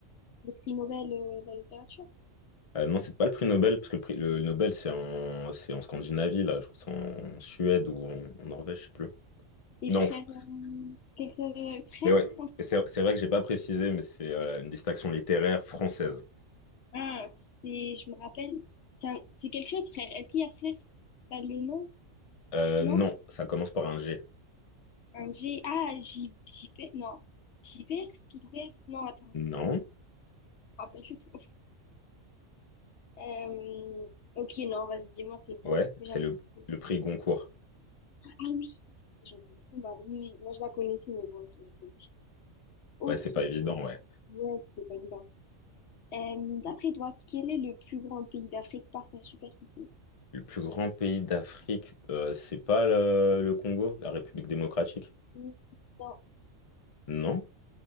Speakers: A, on the left; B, on the left.
A: Le prix Nobel euh, de la littérature?
B: Euh, non, c'est pas le prix Nobel, parce que le prix le Nobel, c'est en, c'est en Scandinavie, là. Je crois que c'est en Suède ou en, en Norvège, je sais plus.
A: Les
B: Non,
A: frères,
B: en France.
A: euh, quelque chose, euh, frère,
B: mais ouais,
A: on dit
B: c'est
A: ça
B: c'est vrai que j'ai pas précisé, mais c'est euh, une distinction littéraire française.
A: Ah, c'est, je me rappelle, c'est un- c'est quelque chose, frère. Est-ce qu'il y a frère? T'as le nom?
B: Euh,
A: Non?
B: non, ça commence par un G.
A: Un G, ah, J, J, non. Gilbert, Gilbert, non, attends,
B: Non,
A: je me rappelle plus trop. Euh, ok, non, vas-y, dis-moi, c'est
B: ouais,
A: bon. Mais
B: c'est
A: j'en sais
B: le,
A: plus.
B: le prix Goncourt.
A: Ah oui, j'en sais trop mal. Oui, oui, moi je la connaissais, mais bon, je l'ai je Ok,
B: Ouais, c'est pas évident, ouais.
A: yes, c'est pas grave. Euh, d'après toi, quel est le plus grand pays d'Afrique par sa superficie?
B: Le plus grand pays d'Afrique, euh, c'est pas le, le Congo, la République démocratique?
A: Hmm, Non.
B: Non.